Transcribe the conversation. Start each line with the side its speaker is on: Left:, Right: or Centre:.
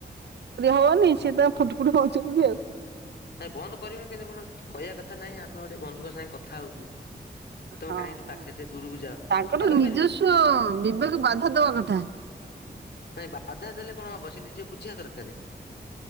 Right: କୁହନି ସିଏ ତାଙ୍କ ଫୁଟ ଫୁଟ ହଉଛନ୍ତି ଆଉ।
Left: ନାଇଁ ବନ୍ଦ କରିବୁନି କେମିତି ଗୋଟେ କହିବା କଥା ନାଇଁ ଆମେ ଗୋଟେ ବନ୍ଧୁଙ୍କ ସାଙ୍ଗେ କଥା ହଉଛୁ। ତମେ
Right: ହଁ
Left: କାହିଁକି ଏଠି
Right: ହଁ
Left: ପାଖେ ଯେ ଦୂରକୁ ଯାଅ
Right: ତାଙ୍କର
Left: ସେଟା କହିପାରିବନି।
Right: ନିଜସ୍ୱ ବିବେକ ବାଧା ଦବା କଥା
Left: ନାଇଁ ବାଧା ଦେଲେ କଣ ହବ ସେ ନିଜେ ବୁଝିବା ଦରକାରେ।